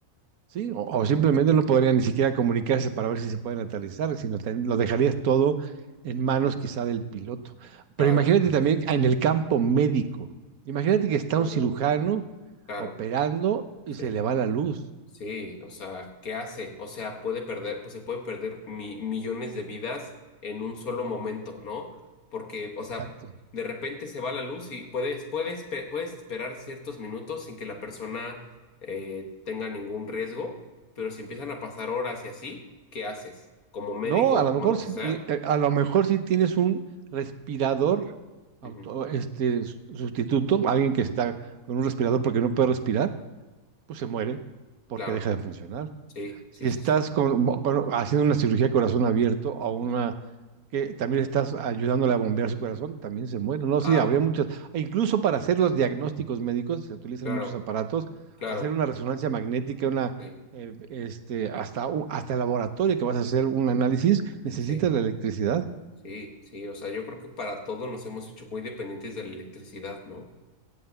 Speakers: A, on the right; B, on the left.
A: Sí, o, o simplemente no podrían ni siquiera comunicarse para ver si se pueden aterrizar, sino te- lo dejarías todo en manos quizá del piloto.
B: Claro,
A: Pero imagínate también en el campo médico. Imagínate que está
B: Uh,
A: un cirujano
B: claro,
A: operando
B: sí,
A: y se le va la luz.
B: sí, o sea, ¿qué hace? O sea, puede perder, pues se puede perder mi- millones de vidas en un solo momento, ¿no? Porque, o
A: Exacto.
B: sea, de repente se va la luz y puedes, puedes, pe- puedes esperar ciertos minutos sin que la persona eh, tenga ningún riesgo, pero si empiezan a pasar horas y así, ¿qué haces? Como médico
A: No, a
B: o
A: lo
B: como
A: mejor
B: lo que
A: sí,
B: sea.
A: eh, eh, a lo mejor sí tienes un respirador auto-
B: Ujú,
A: este su- sustituto, alguien que está con un respirador porque no puede respirar, pues se muere porque
B: Claro,
A: deja de funcionar.
B: sí,
A: si
B: sí,
A: estás
B: sí, sí.
A: con- con- haciendo una cirugía de corazón abierto o una que también estás ayudándole a bombear su corazón, también se muere. No,
B: Ah,
A: sí, habría muchas. e Incluso para hacer los diagnósticos médicos se utilizan
B: claro,
A: muchos aparatos,
B: claro,
A: hacer una resonancia magnética, una
B: sí,
A: eh, este, hasta, un- hasta el laboratorio que vas a hacer un análisis, necesitas
B: sí,
A: la electricidad.
B: sí, sí. O sea, yo creo que para todo nos hemos hecho muy dependientes de la electricidad, ¿no?